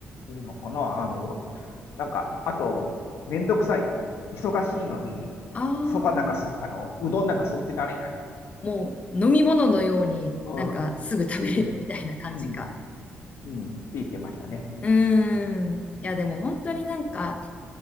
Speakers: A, on the left; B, on the left.
A: んのかなあの、なんか、あと、めんどくさい。忙しいのに、
B: ああ、
A: そばなんかす、あの、うどんなんかすってられない。
B: もう飲み物のようになんかすぐ食べれるみたいな感じか。
A: うん。うん。うん。うん。って言ってましたね。
B: うーん。いやでも本当になんか
A: うん。